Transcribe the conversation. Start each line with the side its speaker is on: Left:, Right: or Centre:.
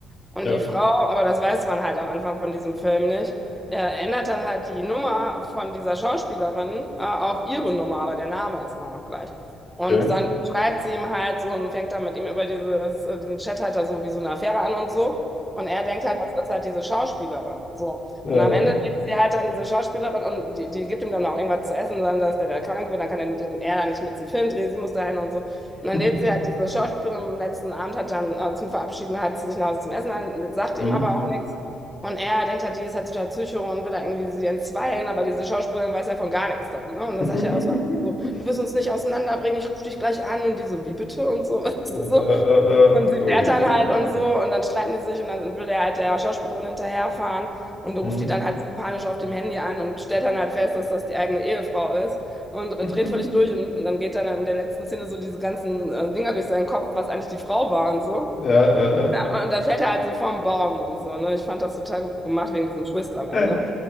Centre: Und
Left: Ja,
Centre: die Frau, aber das weiß man halt am Anfang von diesem Film nicht, äh, ändert dann halt die Nummer von dieser Schauspielerin äh, auf ihre Nummer, aber der Name ist immer noch gleich. Und
Left: okay.
Centre: dann schreibt sie ihm halt so und fängt dann mit ihm über dieses, äh, diesen Chat halt da so wie so eine Affäre an und so. Und er denkt halt, das ist halt diese Schauspielerin. So.
Left: Ja,
Centre: Und am
Left: ja.
Centre: Ende lebt sie halt dann diese Schauspielerin und die, die gibt ihm dann auch irgendwas zu essen, dann dass der da krank wird, dann kann er, nicht- er dann nicht mit zum Film drehen, sie muss dahin und so. Und
Left: <laughs>
Centre: dann lädt sie halt diese Schauspielerin am letzten Abend, hat dann äh, zum Verabschieden halt zu sich nach Hause zum Essen ein, sagt
Left: Mhm.
Centre: ihm aber auch nichts. Und er denkt halt, die ist halt total Psycho und will da irgendwie sie entzweien, aber diese Schauspielerin weiß ja von gar nichts. dann, Ne? Und dann
Left: <laughs>
Centre: sagt er auch so, am Ende so, du wirst uns nicht auseinanderbringen, ich rufe dich gleich an und die so, wie bitte und so. <laughs> So.
Left: Äh, äh, äh, äh.
Centre: Und sie
Left: Oh
Centre: fährt
Left: je,
Centre: dann halt
Left: je,
Centre: und
Left: je.
Centre: so und dann streiten die sich und dann will der halt der Schauspielerin hinterherfahren und ruft
Left: Mhm.
Centre: die dann halt so panisch auf dem Handy an und stellt dann halt fest, dass das die eigene Ehefrau ist und dreht
Left: <laughs>
Centre: völlig durch und dann geht dann in der letzten Szene so diese ganzen äh, Dinger durch seinen Kopf, was eigentlich die Frau war und so.
Left: Ja, äh,
Centre: Ja, und dann fällt er halt so vom Baum und so, ne? Ich fand das total gut gemacht wegen diesem Twist am Ende.
Left: äh. <laughs>